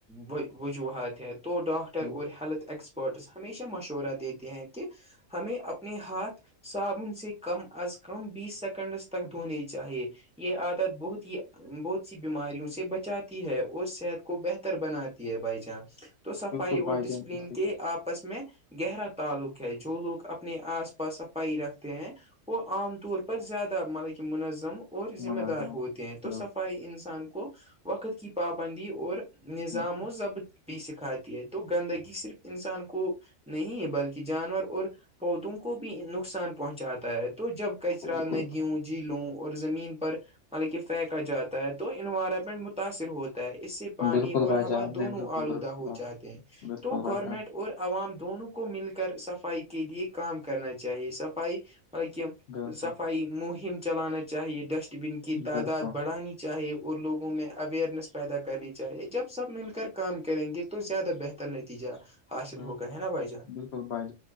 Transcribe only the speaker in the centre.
وجوہات ہت تو ڈاکٹر
اور ہیلتھ ایکسپرٹس ہمیشہ مشورہ دیتے ہیں کہ ہمیں اپ اپنے ہاتھ صابن سے کم از کم بیس سیکنڈز تک دھونے چاہیے یہ عادت بہت ہی بہت سی بیماریوں سے بچاتی ہے اور صحت کو بہتر بناتی ہے بھائی جان تو سفائی
اور
ڈسپلین
کے آپس میں گہرا تعلق ہے جو لوگ اپنے آس پاس پائی رکھتے ہیں وہ عام طور پر زیادہ مطلب کہ منظم اور ذمہ
دار ہوتے ہیں تو
صفائی انسان کو وقت کی پابندی اور نظام
و ضبط بھی سکھاتی ہے تو گندگی صرف انسان کو نہیں بلکہ جانور اور پودوں کو بھی نقصان پہنچاتا ہے تو جب کچرا
ندیوں
جیلوں اور زمین پر مطلب کہ پھینکا جاتا ہے تو انوائرمنٹ متاثر ہوتا ہے اس سے پانی
اور
ہوا
دونوں
آلودہ
ہو
جاتے ہیں
تو
گورنمنٹ
اور عوام دونوں کو مل کر صفائی کے لیے کام کرنا چاہیے صفائی مطلب کہ
صفائی مہم چلانا چاہیے ڈسٹ بین کی تعداد
بڑھانے چاہے اور لوگوں میں اویئرنیس پیدا کرنی چاہے جب سب مل کر کام کر کریں گے تو زیادہ بہتر نتیجہ حاصل
ہوگا
ہے نا بھائی جان